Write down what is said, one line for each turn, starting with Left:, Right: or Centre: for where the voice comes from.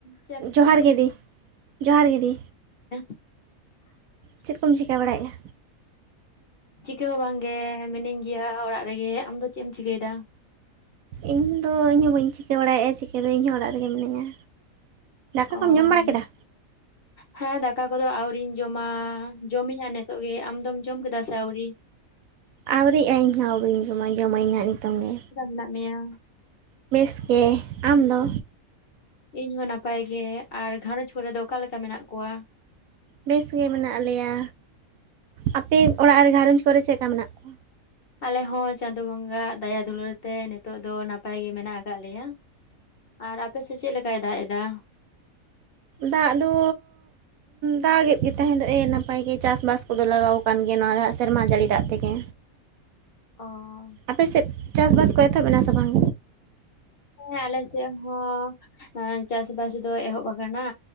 Left: ᱪᱮᱫ ᱮᱢ ᱪᱤᱠᱟᱹᱭᱫᱟ?
Right: ᱡᱚᱦᱟᱨ ᱜᱮ ᱫᱤ ᱡᱚᱦᱟᱨ ᱜᱮ ᱫᱤ
Left: <unintelligible> <unintelligible>
Right: ᱪᱮᱫ ᱠᱚᱢ ᱪᱤᱠᱟᱹ ᱵᱟᱲᱟᱭᱮᱫᱼᱟ?
Left: ᱪᱤᱠᱟᱹ ᱦᱚᱸ ᱵᱟᱝᱜᱮ ᱢᱤᱱᱟᱹᱧ ᱜᱮᱭᱟ ᱚᱲᱟᱜ ᱨᱮᱜᱮ, ᱟᱢᱫᱚ ᱪᱮᱫ ᱮᱢ ᱪᱤᱠᱟᱹᱭᱮᱫᱟ?
Right: ᱤᱧ ᱫᱚ ᱤᱧ ᱦᱚᱸ ᱵᱟᱹᱧ ᱪᱤᱠᱟᱹ ᱵᱟᱲᱟᱭᱮᱫᱼᱟ᱾ ᱪᱤᱠᱟᱹ ᱫᱚ ᱤᱧ ᱦᱚᱸ ᱚᱲᱟᱜ ᱨᱮᱜᱮ ᱢᱤᱱᱟᱹᱧᱟ᱾ ᱫᱟᱠᱟ
Left: ᱟᱢ
Right: ᱠᱚᱢ ᱡᱚᱢ ᱵᱟᱲᱟ ᱠᱮᱫᱟ
Left: ᱦᱮᱸ ᱫᱟᱠᱟ ᱠᱚᱫᱚ ᱟᱣᱨᱤᱧ ᱡᱚᱢᱟ ᱡᱚᱢᱤᱧᱟ ᱱᱤᱛᱚᱜ ᱜᱮ ᱟᱢ ᱫᱚᱢ ᱡᱚᱢ ᱠᱮᱫᱟ ᱥᱮ ᱟᱹᱣᱨᱤ
Right: ᱟᱹᱣᱨᱤᱜ ᱟᱹ ᱤᱧᱦᱚᱸ ᱵᱟᱹᱧ ᱡᱚᱢᱟ ᱡᱚᱢᱟᱹᱧ ᱦᱟᱸᱜ ᱱᱤᱛᱚᱝ ᱜᱮ
Left: ᱪᱮᱫ ᱞᱮᱠᱟ ᱢᱮᱱᱟᱜ ᱢᱮᱭᱟ
Right: ᱵᱮᱥ ᱜᱮ ᱟᱢᱫᱚ?
Left: ᱤᱧ ᱦᱚᱸ ᱱᱟᱯᱟᱭ ᱜᱮ ᱟᱨ ᱜᱷᱟᱨᱚᱸᱧᱡᱽ ᱠᱚᱨᱮ ᱫᱚ ᱚᱠᱟᱞᱮ ᱞᱮᱠᱟ ᱢᱮᱱᱟᱜ ᱠᱚᱣᱟ?
Right: ᱵᱮᱥ ᱜᱮ ᱢᱮᱱᱟᱜ ᱞᱮᱭᱟ᱾ ᱟᱯᱮ ᱚᱲᱟᱜ ᱨᱮ ᱜᱷᱟᱨᱚᱸᱧᱡᱽ ᱠᱚᱨᱮ ᱪᱮᱫ ᱞᱮᱠᱟ ᱢᱮᱱᱟᱜ ᱠᱚᱣᱟ
Left: ᱟᱞᱮ ᱦᱚᱸ ᱪᱟᱸᱫᱳ ᱵᱚᱸᱜ-ᱟᱜ ᱫᱟᱭᱟ ᱫᱩᱞᱟᱹᱲ ᱛᱮ ᱱᱤᱛᱚᱜ ᱫᱚ ᱱᱟᱯᱟᱭ ᱜᱮ ᱢᱮᱱᱟᱜ ᱟᱠᱟᱫ ᱞᱮᱭᱟ᱾ ᱟᱨ ᱟᱯᱮᱥᱮᱫ ᱪᱮᱫ ᱞᱮᱠᱟᱭ ᱫᱟᱜ ᱮᱫᱟ?
Right: ᱫᱟᱜ ᱫᱚ ᱫᱟᱜᱮᱫ ᱜᱮ ᱛᱟᱦᱮᱸ ᱫᱚ ᱮ ᱱᱟᱯᱟᱭ ᱜᱮ ᱪᱟᱥᱵᱟᱥ ᱠᱚᱫᱚ ᱞᱟᱜᱟᱣ ᱟᱠᱟᱱ ᱜᱮᱭᱟ ᱱᱚᱣᱟ ᱥᱮᱨᱢᱟ ᱡᱟᱹᱲᱤ ᱫᱟᱜ ᱛᱮᱜᱮ᱾
Left: ᱚ
Right: ᱟᱯᱮ ᱥᱮᱫ ᱪᱟᱥ ᱵᱟᱥ ᱠᱚ ᱮᱛᱚᱦᱚᱵ ᱮᱱᱟ ᱥᱮ ᱵᱟᱝ?
Left: ᱦᱮᱸ ᱟᱞᱮ ᱥᱮᱫ ᱦᱚᱸ ᱪᱟᱥ ᱵᱟᱥ ᱫᱚ ᱮᱦᱚᱵ ᱟᱠᱟᱱᱟ᱾